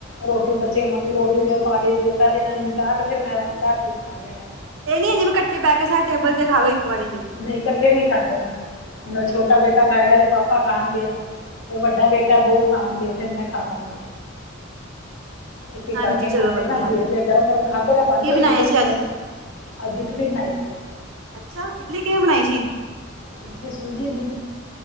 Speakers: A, on the left; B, on the right.
A: ਰੋਟੀ ਦੇ ਮੰਮੀ ਰੋਟੀ ਦਿਓ, ਪਾ ਦਿਓ ਇਹਨਾਂ ਨੂ ਨਿਪਟਾ ਕੇ ਫਿਰ ਮੈਂ ਲਾਸਟ ਵਿੱਚ ਖਾਦੀ ਹਾਂ ਮੈਂ,
B: ਇਹ ਨੀ ਜਿਵੇਂ ਕੱਠੇ ਬਹਿ ਕੇ ਸਾਰੇ ਟੇਬਲ ਤੇ ਖਾ ਲਓ ਇੱਕ ਵਾਰੀ ਚ
A: ਨਹੀਂ ਕੱਠੇ ਨਹੀ ਖਾਂਦੇ, ਨਾ ਹੁਣ ਛੋਟਾ ਬੇਟਾ ਖਾਏਗਾ ਤੇ ਪਾਪਾ ਖਾਣਗੇ। ਫੇਰ ਵੱਡਾ ਬੇਟਾ ਬਊ ਖਾਣਗੇ, ਫੇਰ ਮੈਂ ਖਾਵਾਂਗੀ। ਇੱਕ ਇਕ
B: ਹਾਂਜੀ
A: ਕਰਕੇ
B: ਚਲੋ
A: ਖਾਂਦੇ
B: ਵਧੀਆ
A: ਨਾ ਧੀਰੇ ਧੀਰੇ ਗਰਮ- ਗਰਮ ਖਾਂਦੇ ਰ ਬਾਂਦੇ
B: ਕੀ ਬਣਾਇਆ
A: ਵੀ ਰੇ
B: ਸੀ ਅੱਜ?
A: ਗਰਮ ਅਜ ਇਡਲੀ ਬਣਾਈ ਸੀ।
B: ਅੱਛਾ ਇਡਲੀ ਕਿਵੇਂ ਬਣਾਈ ਸੀ।
A: ਇਡਲੀ ਸੂਜੀ ਦੀ।